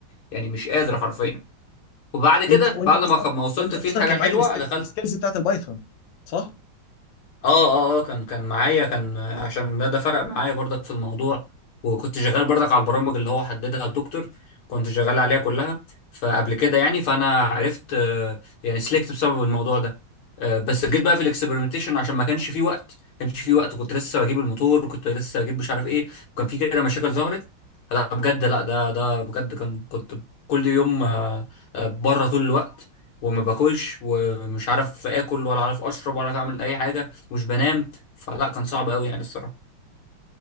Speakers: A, on the left; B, on the left.
A: يعني مش قادر حرفيا وبعد كده
B: وانت وانت
A: بعد
B: اصلا
A: ما خ- ما وصلت
B: وانت
A: فيه
B: اصلا
A: الحاجة
B: كان
A: الحلوة
B: معاك الست-
A: دخلت
B: السكيلز بتاعت البايثون صح؟
A: اه اه اه كان كان معايا كان عشان ده ده فرق معايا برضك في الموضوع وكنت شغال برضك على البرامج اللي هو حددها الدكتور كنت شغال عليها كلها فقبل كده يعني فانا عرفت آه، يعني سلكت بسبب الموضوع ده آه، بس جيت بقى في الاكسبيرمنتيشن عشان ما كانش فيه وقت ما كانش فيه وقت كنت لسه بجيب الموتور كنت لسه بجيب مش عارف ايه وكان في كده مشاكل ظهرت فلا بجد لا ده ده بجد كان كنت كل يوم آه، آه، بره طول الوقت وما باكلش ومش عارف اكل ولا عارف اشرب ولا عارف اعمل اي حاجه مش بنام فلا كان صعب قوي يعني الصراحه